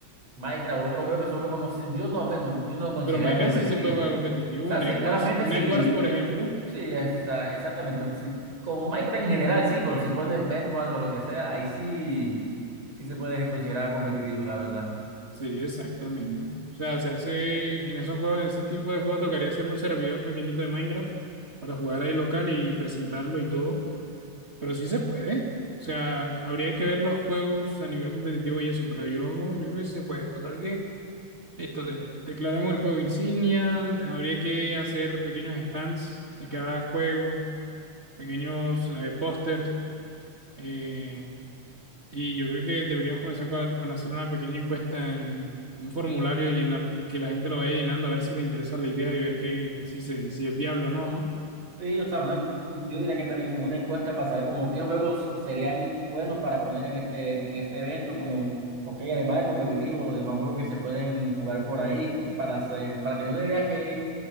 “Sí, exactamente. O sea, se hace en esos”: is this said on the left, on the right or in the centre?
Right